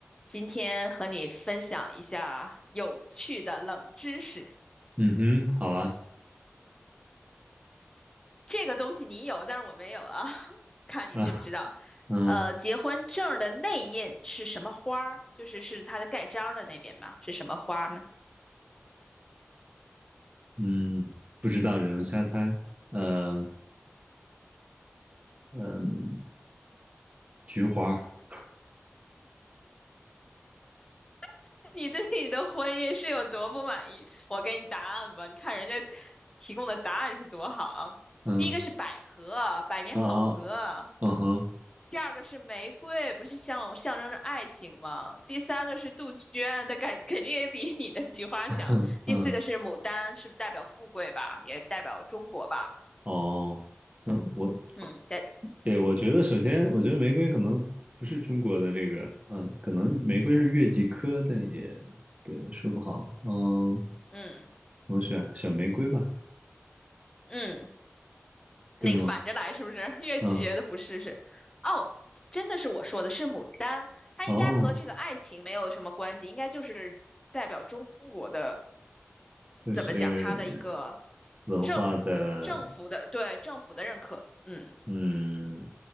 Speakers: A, on the left; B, on the right.
A: 今天和你分享一下有趣的冷知识。
B: 嗯哼，好啊，
A: 这个东西你有，但是我没有啊，<laughs> 看你知不知道。
B: 啊，嗯
A: 呃，结婚证儿的内印是什么花儿？就是是它的盖章儿的那边吧，是什么花儿呢？
B: 嗯，不知道，只能瞎猜。嗯嗯，菊花儿
A: <laughs> 你对你的婚姻是有多不满意？我给你答案吧，你看人家提供的答案是多好啊。
B: 嗯
A: 第一个是百合，百年好合；
B: 啊啊，嗯哼，
A: 第二个是玫瑰，不是象象征着爱情吗？第三个是杜鹃，它肯肯定也比你的菊花强。
B: <laughs>
A: 第四个是牡丹，
B: 嗯
A: 是不是代表富贵吧？也代表中国吧？
B: 哦，那我
A: 嗯，在
B: 对，我觉得首先，我觉得玫瑰可能不是中国的这个，嗯、可能玫瑰是月季科，但也对，说不好。嗯，
A: 嗯
B: 我选选玫瑰吧，
A: 嗯，那个反着来是不是？
B: 对吗？
A: <laughs> 越觉得不是是，
B: 嗯，
A: 哦，真的是我说的是牡丹，它应该和这个爱情没有什么关系，
B: 哦，
A: 应该就是代表中国的，
B: 就是
A: 怎么讲，它的一个
B: 文化的
A: 政政府的对政府的认可，嗯
B: 嗯，